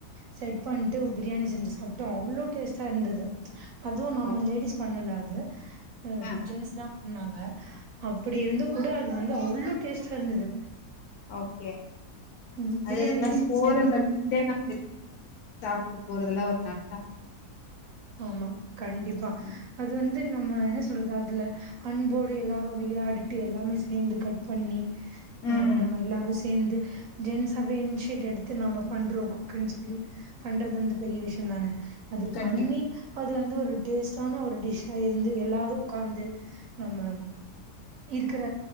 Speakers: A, on the right (about 65°); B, on the left (about 70°).
A: செட் பண்ட்டு பிரியாணி செஞ்சு சாப்ட்டோ அவ்ளோ டேஸ்ட்டா இருந்தது அது நம்ம
B: ஓக்
A: லேடிஸ் பண்ணல அது அ
B: ஆ
A: ஜென்ஸ் தா பன்னாங்க அப்படி இருந்து கூட அது வந்து அவ்ளோ டேஸ்டா இருந்தது
B: ஓகே
A: ம்
B: அது
A: பிரியாணி
B: அது மாரி போறவ
A: செஞ்
B: மூணு பேர் நாலு பேர் சாப்ட்டு போறதுலா ஒரு நல்லா
A: ஆமா கண்டிப்பா
B: ம்.
A: அது வந்து நம்ம என்ன சொல்றது அதுல அன்போடு எல்லாரு விளையாடிட்டு எல்லாமே சேந்து கட் பண்ணி
B: ம்.
A: அ நம்ம எல்லாரு சேந்து ஜென்ஸ்சாவே இனிஷியேட் எடுத் து நம்ம பண்றோ குக்குன் சொல்லி பண்றது வந்து பெரிய விஷயோ தான அது
B: கண்டிப்பா.
A: பண்ணி அது வந்து ஒரு டேஸ்ட்டான ஒரு டிஷ்ஷா இருந்து எல்லாரு உக்காந்து நம்ம இருக்கற